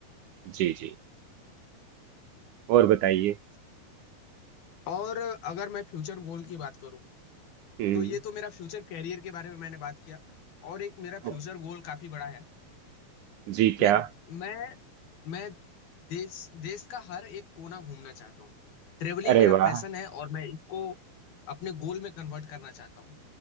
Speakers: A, on the right; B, on the left.
A: जी जी और बताइए
B: और अगर मैं फ्यूचर गोल की बात करूं
A: हम्म
B: तो ये तो मेरा फ्यूचर कैरियर के बारे में मैंने बात किया और एक मेरा फ्यूचर
A: ओ-
B: गोल काफी बड़ा है
A: जी
B: मैं
A: क्या
B: मैं मैं देश देश का हर एक कोना घूमना चाहता हूँ ट्रेवलिंग
A: अरे
B: मेरा
A: वाह
B: पैशन है और मैं इसको अपने गोल में कन्वर्ट करना चाहता हूँ